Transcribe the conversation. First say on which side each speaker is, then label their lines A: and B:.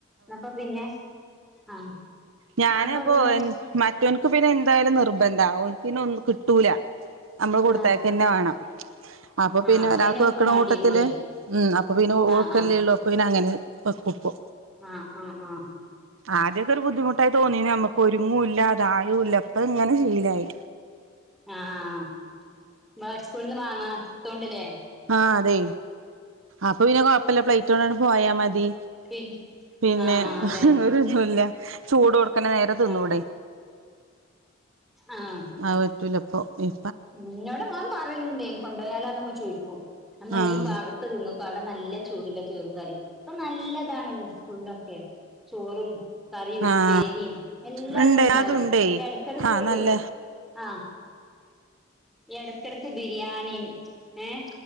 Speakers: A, in the centre; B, on the right.
A: അപ്പ പിന്നെ ആഹ്
B: ഞാന്
A: അപ്പൊ
B: അപ്പോ
A: പിന്നെ
B: മറ്റോൻക്ക് പിന്നെ എന്തായാലും നിർബന്ധ ഓൻക്ക് പിന്നെ ഒ ന്നും കിട്ടൂല നമ്മള് കൊടുത്തേയക്കന്നെ
A: ആഹ്
B: വേണം അപ്പൊ പിന്നെ
A: ആഹ്
B: ഒരാൾക്ക്
A: ഓക്കും
B: വെക്കണ
A: മാണ്ടിരൂലേ
B: കൂട്ടത്തില് ഉം അപ്പൊ പിന്നെ ഓൾക്കല്ലേ
A: ആഹ് ആഹ്
B: ഒള്ളൂ അപ്പൊ പിന്നങ്ങനെ വെക്കു പ്പോ
A: ആഹ് ആഹ് ആഹ്
B: ആദ്യക്കെ ഒരു ബുദ്ധിമുട്ടായി തോന്നീന് നമുക്ക് ഒരുങ്ങൂല്ല തായൂല്ല ഇപ്പയിങ്ങനെ ശീലായി
A: ആഹ് മോൻ സ്കൂളിന്ന് വാങ്ങാത്തോണ്ട്ല്ലേ
B: ആഹ് അതെ അപ്പൊ പിന്നെ കൊഴപ്പല്ല പ്ലേറ്റ് കൊണ്ടണ്ട് പോയാ മതി
A: പി
B: പിന്നെ
A: ആഹ് അതന്നെ
B: ഒരു ഇതൂല്ല ചൂടോട്ക്കനെ നേര തിന്നൂടെ?
A: ആഹ് ആഹ്
B: അഹ് പറ്റൂല ഇപ്പൊ ഉം
A: ഉം ഇന്നോട് മോൻ പറയല്ണ്ട് കൊണ്ടോയാലോ എന്നൊക്കെ ചോയിക്കും ഞാ പറയും
B: ആഹ്
A: ഈ പാട പ്പട്ത്തെ തിന്ന്ക്കോ അവ്ടെ നല്ല ചൂട്ല്ലെ ചോറും കറി ഇപ്പൊ നല്ലതാണല്ലോ സ്കൂൾലൊക്കെ? ചോറും കറിയു ഉപ്പേരിയും
B: ആഹ്
A: എല്ലാതുംണ്ടാവും
B: ഉണ്ട് അതുണ്ടേ
A: എടക്കെടക്ക്
B: ആഹ്
A: ബി
B: നല്ല
A: ആഹ് എടയ്ക്കെടക്ക് ബിരിയാണിയും ഏഹ്